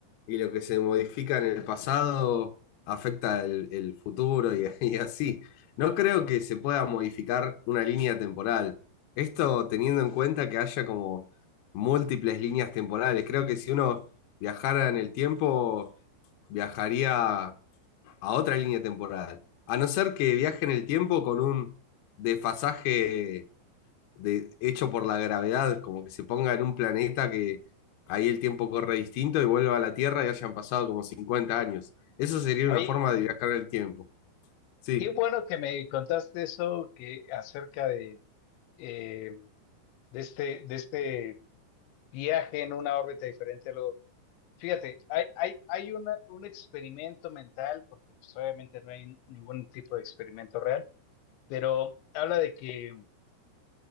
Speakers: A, on the left; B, on the left.
A: y lo que se modifica en el pasado afecta el, el futuro y, <laughs> y así. No creo que se pueda modificar una línea temporal. Esto teniendo en cuenta que haya como múltiples líneas temporales. Creo que si uno viajara en el tiempo, viajaría a otra línea temporal. A no ser que viaje en el tiempo con un desfasaje de, hecho por la gravedad, como que se ponga en un planeta que ahí el tiempo corre distinto y vuelva a la Tierra y hayan pasado como 50 años. Eso sería
B: Oye,
A: una forma de viajar en el tiempo. Sí,
B: qué bueno que me contaste eso que acerca de, eh, de este, de este viaje en una órbita diferente a lo... Fíjate, hay, hay, hay una, un experimento mental, porque pues, obviamente no hay ningún tipo de experimento real, pero habla de que,